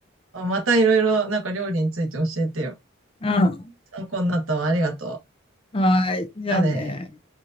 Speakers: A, on the right (about 75°); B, on the left (about 25°).
A: かに。またいろいろ、なんか料理について教えてよ。
B: うん。
A: 参考になったわ。ありがと
B: はい。じゃあね。
A: う。じゃあね。